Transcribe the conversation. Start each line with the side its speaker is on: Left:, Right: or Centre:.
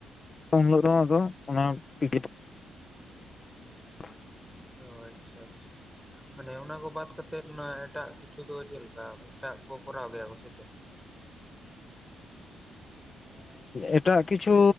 Left: ᱩᱱᱦᱤᱞᱳᱜ ᱫᱚ ᱟᱫᱚ ᱚᱱᱟ ᱯᱤ <inaudible>
Centre: ᱚ ᱟᱪᱪᱷᱟ ᱟᱪᱪᱷᱟ ᱢᱟᱱᱮ ᱚᱱᱟ ᱠᱚ ᱵᱟᱫ ᱠᱟᱛᱮᱮᱫ ᱚᱱᱟ ᱮᱴᱟᱜ ᱠᱤᱪᱷᱩ ᱫᱚ ᱪᱮᱫ ᱞᱮᱠᱟ ᱮᱴᱟᱜ ᱠᱚ ᱠᱚᱨᱟᱣ ᱜᱮᱭᱟ ᱠᱚ ᱥᱮ ᱪᱮᱫ
Left: ᱮᱴᱟᱜ ᱠᱤᱪᱷᱩ